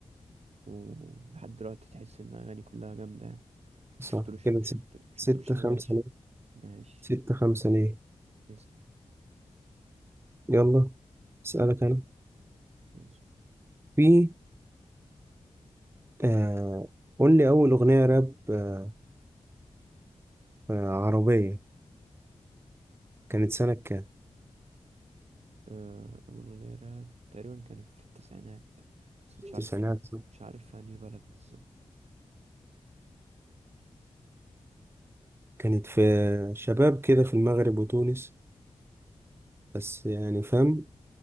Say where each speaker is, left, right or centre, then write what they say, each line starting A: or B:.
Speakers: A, on the right (about 65°); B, on the right (about 20°).
A: ولحد دلوقتي تحس ان اغاني كلها جامدة يعني
B: صح
A: شفتلوش
B: كده
A: شفت
B: ست-
A: شفتلوش
B: ستة
A: حاجة
B: خمسة
A: وحشة
B: ليه
A: ماشي
B: ستة خمسة ليه
A: اسأل
B: يلا أسألك
A: يلا
B: أنا
A: اسأل
B: في آه قول لي أول أغنية راب آه آه، عربية كانت سنة كام؟
A: آه، أول أغنية راب تقريبا كانت في التسعينات بس مش
B: التسعينات
A: عارف
B: صح؟
A: مش عارف في أنهي بلد بالظبط
B: كانت في شباب كده في المغرب وتونس بس يعني فاهم